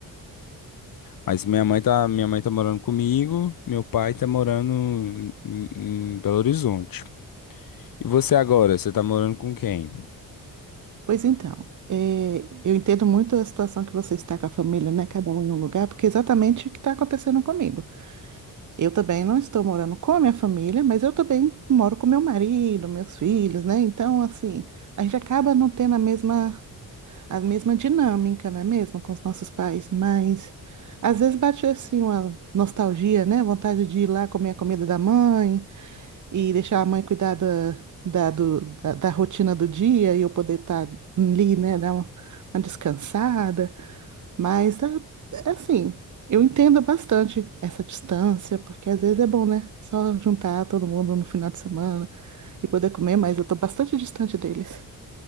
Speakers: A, on the left; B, on the right.
A: Mas minha mãe tá, minha mãe tá morando comigo, meu pai tá morando em, em Belo Horizonte. E você agora, você tá morando com quem?
B: Pois então, eh, eu entendo muito a situação que você está com a família, né? Cada um em um lugar, porque é exatamente o que está acontecendo comigo. Eu também não estou morando com a minha família, mas eu também moro com meu marido, meus filhos, né? Então, assim, a gente acaba não tendo a mesma, a mesma dinâmica, não é mesmo, com os nossos pais, mas às vezes bate assim uma nostalgia, né? Vontade de ir lá comer a comida da mãe e deixar a mãe cuidar da, da, do- da, da rotina do dia e eu poder estar ali, né? Dar uma, uma descansada. Mas ah, é assim, eu entendo bastante essa distância, porque às vezes é bom, né? Só juntar todo mundo no final de semana e poder comer, mas eu tô bastante distante deles.